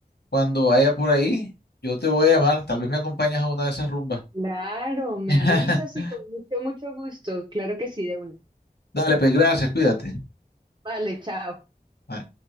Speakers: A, on the left; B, on the right.
A: cuando vaya por ahí, yo te voy a llamar. Tal vez me acompañas a una de esas rumbas.
B: Claro, me
A: <laughs>
B: avisas y con mucho, mucho gusto. Claro que sí, de una.
A: Dale, pues gracias, cuídate.
B: Vale, chao.
A: Bye.